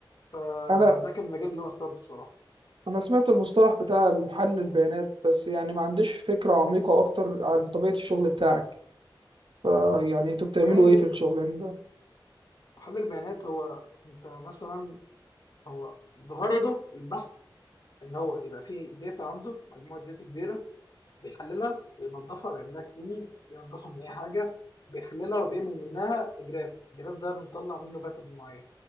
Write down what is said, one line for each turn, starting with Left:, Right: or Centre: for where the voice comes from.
Left: فده
Right: انا
Left: كان المجال اللي انا اخترته بصراحه
Right: انا سمعت المصطلح بتاع محلل البيانات بس يعني ما عنديش فكرة عميقة اكتر عن طبيعة الشغل بتاعك فيعني انتوا بتعملوا
Left: والله
Right: ايه في الشغل ده
Left: محلل البيانات هو انت مثلا هو غرضه البحث ان هو يبقى فيه داتا عنده مجموعه داتا كبيره بيحللها بينظفها بيعملها كليننج بينظفها من اي حاجه بيحللها وبيعمل منها جراف الجراف ده بنطلع منه باترن معين